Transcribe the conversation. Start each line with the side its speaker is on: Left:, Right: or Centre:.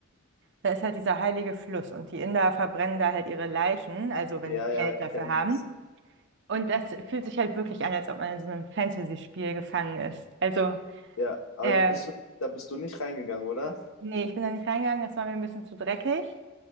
Right: da ist halt dieser heilige Fluss und die Inder verbrennen da halt ihre Leichen, also wenn
Left: ja,
Right: die Geld
Left: ja, ich
Right: dafür
Left: kenne
Right: haben.
Left: das.
Right: Und das fühlt sich halt wirklich an, als ob man in so einem Fantasy-Spiel gefangen ist. Also
Left: Ja, aber
Right: Ähm,
Left: da bist du, da bist du nicht reingegangen, oder?
Right: nee, ich bin da nicht reingegangen, das war mir ein bisschen zu dreckig.